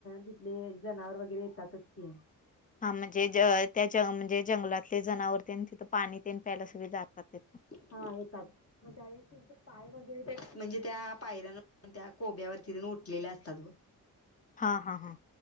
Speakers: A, on the left; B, on the left.
A: तिथले जनावर वगैरे येतातच की
B: हा म्हणजे ज त्या ज म्हणजे जंगलातले जनावरतेन तिथं पाणी तेन प्यायला सगळे जातात येत
A: हा येतात मग त्यावेळेस त्यांचे पाय वगैरे त्या म्हणजे त्या पायऱ्यांवर त्या कोब्यावरती तेन उठलेले असतात व
B: हा हा हा